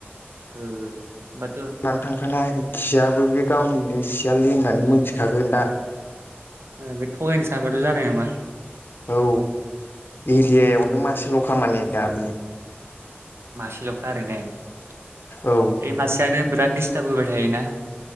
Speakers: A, on the right; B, on the left.
A: ओ बाद
B: नानै थांखानाय खियाबो बे गावनिनो सियालनि होननानै मोनथि खागोन दा।
A: बे थगायनो सानबाथ' जानाय नङा।
B: औ एरिया यावनो मासेल' खा मानि दा बे।
A: मासेल'खा आरो ने
B: औ
A: मासेयानो बिराद दिस्टार्ब होबाय थायोना।